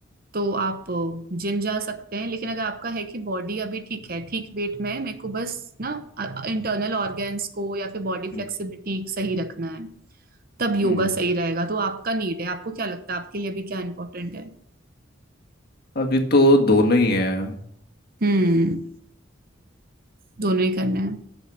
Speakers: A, on the right; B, on the left.
A: तो आप जिम जा सकते हैं लेकिन अगर आपका है कि बॉडी अभी ठीक है ठीक वेट में है, मेरे को बस ना इंटरनल ऑर्गेन्स को या फिर बॉडी फ्लेक्सिबिलिटी
B: हम्म,
A: सही रखना है तब योगा
B: हम्म,
A: सही रहेगा तो आपका नीड है आपको क्या लगता है आपके लिए अभी क्या इंपॉर्टेंट है
B: अभी तो दोनों ही हैं
A: हम्म दोनों ही करना है